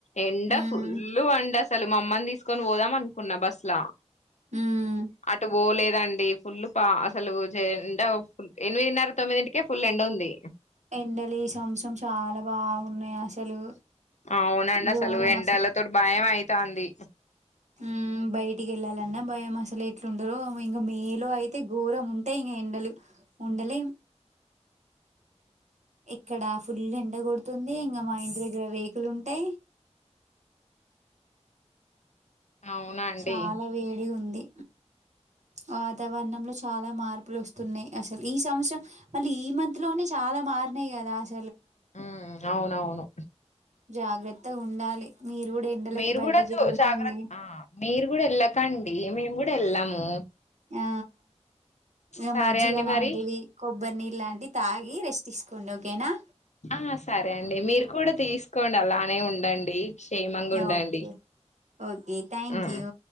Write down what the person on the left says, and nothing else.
ఎండ
ఫుల్లు వండ అసలు మా అమ్మని తీసుకొని పోదాం అనుకున్నా బస్ ల
అటు పోలేదండి ఫుల్ పా అసలు ఎండ ఎనిమిదిన్నర తొమ్మిదింటికే ఫుల్ ఎండ ఉంది
అవునండి
అసలు ఎండలతోటి భయం అయితాంది
అవునా అండి
ఉమ్ అవును అవును
మీరు
కూడా చూ
జాగ్రత్త ఆ మీరు కూడా వెళ్ళకండి మేము కూడా వెళ్ళము
సరే
అండి
మరి
ఆ సరే అండి మీరు కూడా తీసుకోండి అలానే ఉండండి క్షేమంగా ఉండండి
um